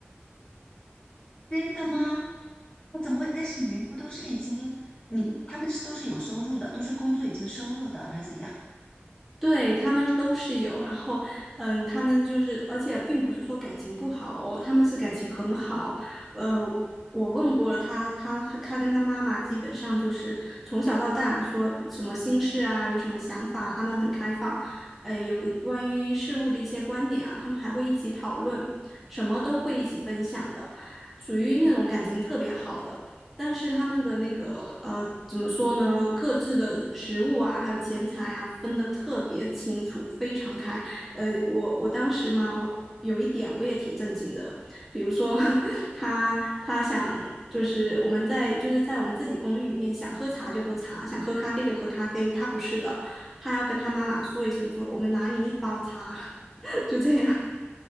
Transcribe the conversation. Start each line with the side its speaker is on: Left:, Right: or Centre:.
Left: 真的吗？我怎么会？但是你们不都是已经，你他们是都是有收入的，都是工作已经收入的，还是怎样？
Centre: 对他们都是有，然后，嗯，他们就是，而且并不是说感情不好哦，他们是感情很好。呃，我问过了他，他他他跟他妈妈基本上就是从小到大说什么心事啊，有什么想法，他们很开放。呃，有关于事物的一些观点啊，他们还会一起讨论，什么都会一起分享的，属于那种感情特别好的。但是他们的那个呃，怎么说呢？各自的食物啊，还有钱财啊，分得特别清楚，非常开。呃，我我当时嘛，我有一点我也挺震惊的，比如说 <laughs> 他他想就是我们在就是在我们自己公寓里面想喝茶就喝茶，想喝咖啡就喝咖啡，他不是的，他还要跟他妈妈说一声说我们拿你一包茶，<laughs> 就这样。